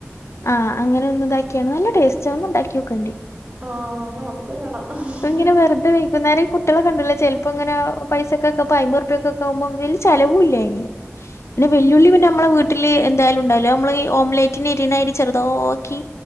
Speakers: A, on the left; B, on the right.
A: ആഹ് അങ്ങനെ ഒന്ന് ഇതാക്കിയാണ് നല്ല ടേസ്റ്റ് ഒന്ന് ണ്ടാക്കിയോക്കേണ്ടി
B: ആഹ് നോക്കിയോക്കണം ആഹ്
A: ഇങ്ങനെ വെറുതെ വൈകുന്നേര കു ട്ട്യോളോക്കണ്ടല്ലോ ചെൽപ്പോങ്ങനെ പൈസക്കെ പ്പോ അയ്മ്പൊർപ്യക്കെക്ക് ആവുമ്പ വല് ചലവൂല്ലായിന് പിന്നെ വെല്ലുളി പിന്നെ നമ്മെ വീട്ടില് എന്തായാലും ഉണ്ടാവല്ലോ നമ്മള് ഓംലറ്റിന് എരിയണയ്രി ചെറുതാ ക്കി